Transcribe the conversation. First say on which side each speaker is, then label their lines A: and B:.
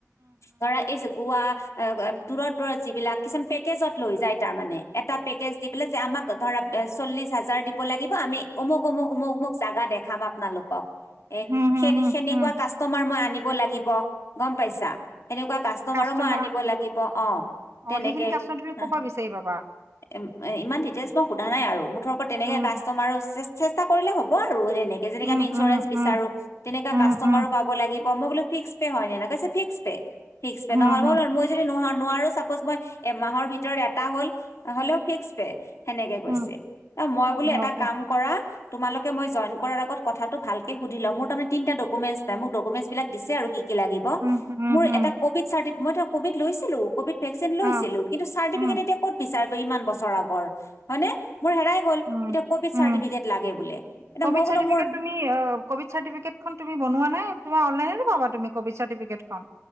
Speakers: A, on the left; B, on the right.
A: ধৰা এই গোৱা। দূৰৰশত দূৰত যিবিলাক কিছুমান পেকেজত লৈ যায় তাৰমানে এটা পেকেজ দি পেললে যে আমাক ধৰা চল্লিছ হাজাৰ দিব লাগিব আমি। অমুক অমুক অমুক অমুক জোগা দেখাম আপোনালোকক এ
B: হুম, হুম,
A: সে
B: হুম,
A: সেনেকুৱা
B: হুম।
A: কাষ্টমাৰ মই আনি। আনিব লাগিব গম পাইছা সেনেকুৱা কাষ্টমাৰো
B: কাষ্টমাৰ
A: মই আনিব লাগিব। অ তেনেকে
B: অ সেইখিনি কষ্ট তুমি ক' পৰা বিচাৰি পাবা।
A: এম- এ ইমান ডিটেইলচ মই সোধা নাই আৰু ম মুঠৰ ওপৰত তেনেকে
B: উম,
A: কাষ্টমাৰো চেষ্টা কৰিলে হ'ব। আৰু নেকেনেে
B: উম,
A: আমি ইঞ্চুৰেঞ্চ
B: উম,
A: বিচাৰো
B: উম,
A: তেনেকা
B: উম,
A: কাষ্টমাৰো
B: উম,
A: পাব লাগিব মই বো ফিক্সে হয় নে ফি। ফিচকে
B: হুম,
A: নহয়
B: হুম,
A: মই মই যদি ন নোৱাৰো চ। এমাহৰ ভিতৰত এটা হ'ল হলে্ও ফিকচ পে। সেনেকে কৈছে
B: হুম,
A: অ মই বোলো এটা
B: অ'কে।
A: কাম কৰা। তোমালোকে মই কৰাৰ আত কথাটো ভালে সুধি ল মোৰ তাৰে তিনি ডুেন্ট নাই মোক ডকুমেণ্টছ বিলাক দিছে। আৰু কি-? কি কি লাগিব
B: উম, উম,
A: মোৰ
B: হুম,
A: এটা কবিট চাৰ্টিফিকেট মই ত্ ক'ভিড লৈছিলো ক'ভিড ভেকচিন লৈছিলোঁ
B: অ',
A: কিন্তু চাৰ্টফিকট
B: উম,
A: এতিয়া ক'ত বিচাৰিব ইমান। বছৰ আগৰ হয়নে। মোৰ হেৰাই গল
B: উম,
A: এতি কভিড চাৰটি
B: উম।
A: এ
B: ক'ভিড
A: মই বোল
B: চাৰ্টিফিকেট
A: মোৰ।
B: তুমি অ' ক'ভিড চাৰ্টিফিকেটখন তুমি বনোৱা নাই তুমি অনলাইনেো পাব তুমি কভিড চাৰ্টিফিকেটখন।